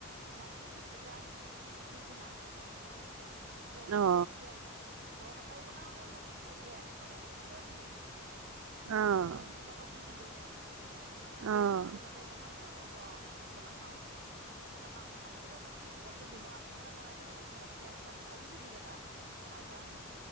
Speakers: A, on the right; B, on the right.
A: ঢালি দিছো কেৰাহিত দিমতটো নাই। চ হ'ল
B: অহ
A: এতিয়া বুটৰ তৰকাৰী বনাও নে মই কি কৰো। এয়াকে খাব দে বুলি থৈ দিলো।
B: অহ
A: তাৰ পিছত ৰুটিৰ লগত দি দিলো। তাৰপাছত কৈছে
B: অহ অহ
A: ৰাতিৰে তটকাৰী নহয় নে? মই কৈছো অ, নাখাও বোলে। খা মই খালি পেটা যাম বুলে। মই কৈছো ডমৰই আমলেট এটা বনাই দিওঁ নহ'লে পিয়াজ এটা দি ভাজি দিও দিম এটা খাই যা,